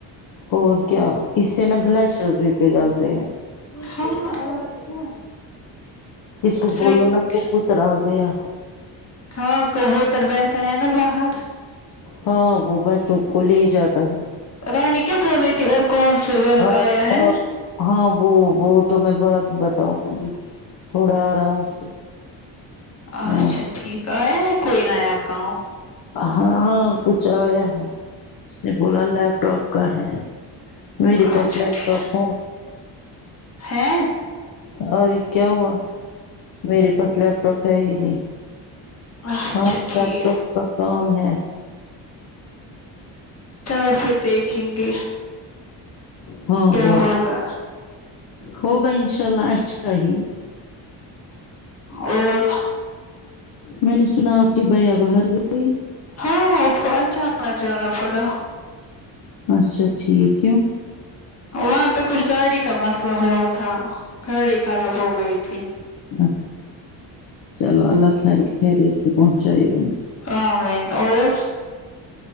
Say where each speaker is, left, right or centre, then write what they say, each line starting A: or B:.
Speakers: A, on the left; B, on the left.
A: اور کیا اس سے نا گلشرز بھی پگالتے ہیں
B: ہم اور کیا
A: کس کو
B: سگ-
A: بولو نا <unintelligible> گیا
B: ہاں کہو <unintelligible> ہے نا باہر
A: ہاں وہ بچوں کو لے ہی جاتا ہے
B: رانی کیا بول رہی تھی اور کون سے ورک
A: آپ
B: آیا ہیں
A: آپ ہاں وہ وہ تو میں بات بتاؤں گی تھوڑا آرام سے
B: اچھا
A: ہاں
B: ٹھیک آیا ہے کوئی نیا کام
A: ہاں ہاں کچھ آیا ہے اس نے بولا لیپ ٹاپ کا ہے میرے پاس
B: اچھا
A: لیپ
B: ٹھیک
A: ٹاپ ہے
B: ہے
A: اور کیا ہوا میرے پاس لیپ ٹاپ ہے ہی نہیں
B: اچھا
A: ہاں
B: ٹھیک
A: لیپ ٹاپ کا کام ہے
B: چلو پھر دیکھیں گے
A: ہاں
B: کیا
A: اور
B: ہوگا
A: ہوگا ان شاء اللہ اچھا ہی
B: اور
A: میں نے سنا آپ کی بائیا باہر گئے
B: ہاں اس کو اچانک جانا پڑا
A: اچھا ٹھیک کیوں
B: وہاں پہ کچھ گاڑی کا مسئلہ ہوا تھا گاڑی خراب ہو گئی تھی
A: اچھا چلو اللہ خیر خیریت سے پہنچائی ہم
B: آمین اور